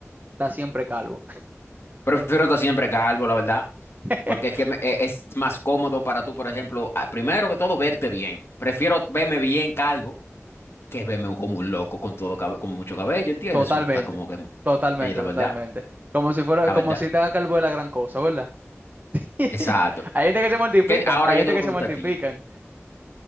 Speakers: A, on the right; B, on the left.
A: estar siempre calvo.
B: Prefiero estar siempre calvo, la verdad.
A: <laughs>
B: Porque es que me- e- es más cómodo para tú, por ejemplo, ah, primero que todo, verte bien. Prefiero verme bien calvo que verme como un loco con todo cabe- con mucho cabello, ¿entiendes?
A: Totalmente,
B: Eso está como que.
A: totalmente,
B: Sí, la
A: totalmente.
B: verdad.
A: Como si fuera,
B: La
A: como
B: verdad.
A: si estaba calvo de la gran cosa, ¿verdad? <laughs>
B: Exacto.
A: Hay gente que se mortifican,
B: Que ahora
A: hay
B: yo
A: gente
B: te voy
A: que
B: a preguntar
A: se mortifican.
B: a ti.